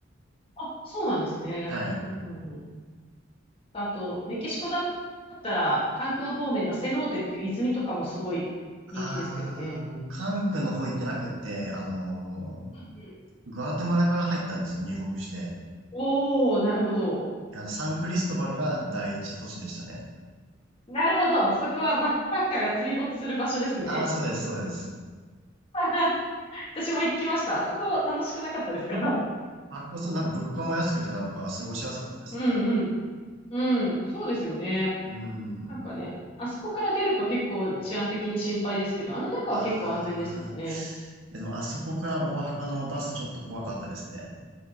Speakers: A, on the left (about 30°); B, on the right (about 80°).
A: あ、そうなんですね。
B: はい。
A: うんうんうんあと、メキシコだったら、カンクン方面のセノーテっていう泉とかもすごい人気ですけどね。
B: ああ、僕、カン君の方行ってなくって、
A: うん
B: あのー
A: うんうん
B: グアテマラから入ったんですよ、入国して。
A: おー、なるほど。
B: あの、サンクリストバルが第一都市でしたね。
A: なるほど。そこはバックパッカーが追没する場所ですね。
B: ああ、そうです、そうです。
A: <laughs> 私も行きました。そこ楽しくなかったですか
B: あっこそ、なんか物価も安くて、なんか過ごしやすかったですね。
A: うんうん。うん、そうですよね。
B: うん。
A: なんかね、あそこから出ると結構治安的に心配ですけど、あの中は結構安全ですもんね。
B: ああ、いやでも、あそこから大阪のバスちょっと怖かったですね。